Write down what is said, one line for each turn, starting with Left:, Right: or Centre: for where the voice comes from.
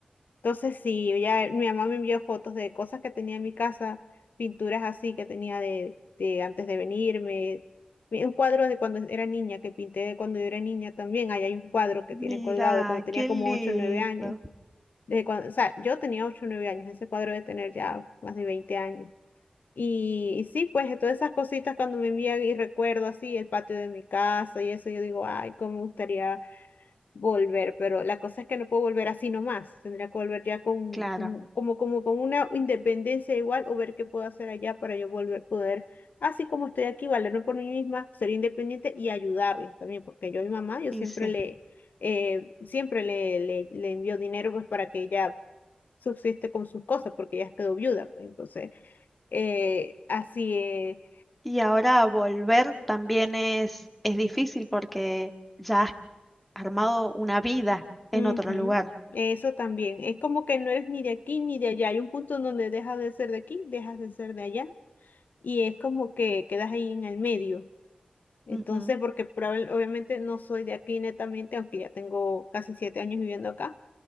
Left: Entonces sí, ya mi mamá me envió fotos de cosas que tenía en mi casa, pinturas así que tenía de, de antes de venirme. Mi- Un cuadro de cuando era niña, que pinté de cuando yo era niña también. Ahí hay un cuadro que
Centre: Mira,
Left: tiene colgado de cuando tenía
Centre: qué
Left: como
Centre: lindo.
Left: 8 o 9 años. De cuando, o sea, yo tenía 8 o 9 años, ese cuadro de tener ya más de 20 años. Y, y sí, pues todas esas cositas cuando me envían y recuerdo así el patio de mi casa y eso, yo digo, ay, cómo me gustaría volver, pero la cosa es que no puedo volver así nomás, tendría que volver ya con
Centre: Claro,
Left: un- como, como con una independencia igual o ver qué puedo hacer allá para yo volver, poder, así como estoy aquí, valerme por mí misma, ser independiente y ayudarlos también, porque yo a mi mamá, yo
Centre: y
Left: siempre
Centre: sí.
Left: le, eh, siempre le, le, le envío dinero pues para que ella subsiste con sus cosas porque ya quedó viuda, pues entonces, eh, así es.
Centre: Y ahora volver también es, es difícil porque ya has armado una vida
Left: ujú,
Centre: en otro lugar.
Left: Eso también, es como que no eres ni de aquí ni de allá, hay un punto en donde dejas de ser de aquí, dejas de ser de allá y es como que quedas ahí en el medio. Entonces,
Centre: Ujú,
Left: porque probable- obviamente no soy de aquí netamente, aunque ya tengo casi siete años viviendo acá,